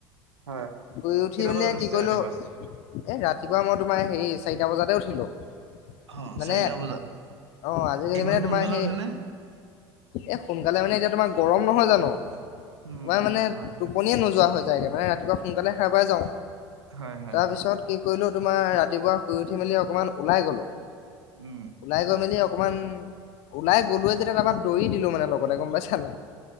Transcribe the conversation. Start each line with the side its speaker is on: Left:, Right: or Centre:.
Right: হয়
Left: শুই উঠি
Right: কেইটা
Left: পেলাই
Right: বজাত উঠিছে
Left: কি কৰিলোঁ?
Right: ৰাতিপুৱা
Left: এ ৰাতিপুৱা মই তোমাৰ হেৰি, চাৰিটা বজাতে উঠিলোঁ।
Right: অ
Left: মানে,
Right: চাৰিটা বজাত
Left: অ' আজিকালি
Right: ইমান
Left: মানে
Right: সোনকালে
Left: তোমাৰ সেই
Right: উঠেনে
Left: এ সোনকালে মানে এতিয়া তোমাৰ গৰম নহয় জানোঁ,
Right: উম
Left: তোমাৰ
Right: উম
Left: মানে
Right: হয়
Left: টোপনিয়ে নোযোৱা হৈ যায়গৈ মানে, ৰাতিপুৱা সোনকালে সাৰ পাই যাওঁ।
Right: হয় হয়
Left: তাৰপিছত
Right: হয়
Left: কি কৰিলোঁ? তোমাৰ ৰাতিপুৱা শুই উঠি মেলি অকনমান ওলাই গলোঁ।
Right: উম্।
Left: ওলাই গৈ মেলি অকণমান, ওলাই গ'লোৱে যেতিয়া তাৰপৰা দৌৰি দিলোঁ মানে লগতে, গম পাইছা নাই।